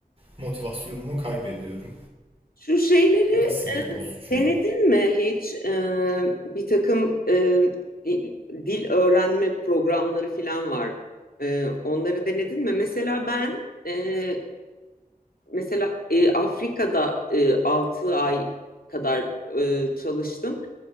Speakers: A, on the right; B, on the left.
A: motivasyonumu kaybediyorum.
B: Şu şeyleri
A: Bu da sinir bozucu
B: denedin
A: yani.
B: mi hiç? E, bir takım e, dil öğrenme programları falan var. E, onları denedin mi? Mesela ben e, mesela e, Afrika'da e, 6 ay kadar e, çalıştım.